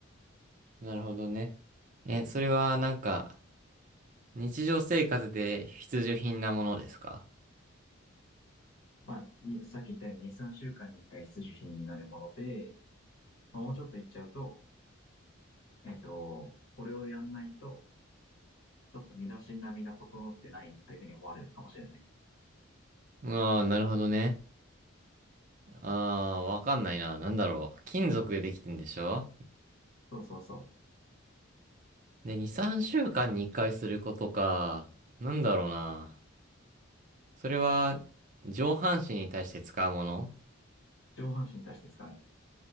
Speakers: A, on the right; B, on the left.
A: なるほどね。え、それはなんか日常生活で必需品なものですか
B: まあ、にさっき言ったように2、3週間に1回必需品になるもので、まあもうちょっと言っちゃうと、えっと、これをやんないと、ちょっと身だしなみが整ってないというふうに思われるかもしれない。
A: ああー、なるほどね。ああ、わかんないな。なんだろう。金属でできてんでしょ
B: そうそうそう。
A: で、2、3週間に1回することか。なんだろうな。それは、上半身に対して使うもの
B: 上半身に対して使う。